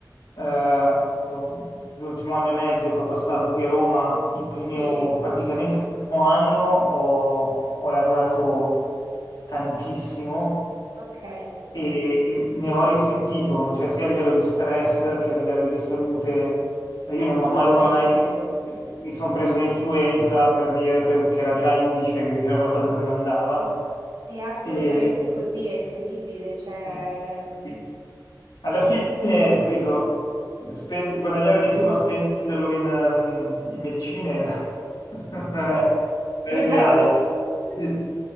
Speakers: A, on the left; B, on the right.
A: eh, che ho- l'ultimo anno e mezzo che ho passato qui a Roma, il primo,
B: Sì,
A: praticamente il primo anno ho, ho lavorato tantissimo
B: ok,
A: e, e ne ho risentito, cioè sia a livello di stress che a livello di salute. Eh, Io
B: assolutamente.
A: non mi ammalo mai, mi sono preso un'influenza per dire perché era già indice che c'era qualcosa che non andava.
B: È assolutamente
A: E,
B: così, è incredibile, cioè
A: Mm.
B: mh,
A: Sì.
B: <laughs>
A: Alla fine, capito, Spen- guadagnare di più ma spenderlo in, ehm, in medicine <laughs> non è non è
B: esatto.
A: l'ideale. Quindi